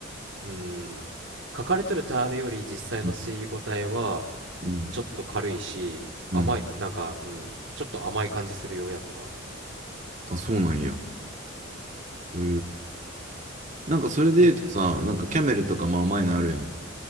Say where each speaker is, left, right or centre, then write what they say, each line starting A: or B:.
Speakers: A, on the right; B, on the right.
A: うーん書かれとるタールより実際の吸い応えは
B: うん、うん。
A: ちょっと軽いし甘いなんかうんちょっと甘い感じするよやっぱ
B: うんあ、そうなんや。へえ。なんかそれで言うとさ、
A: え、
B: なんかキャメルとかまあ甘いのあるやん。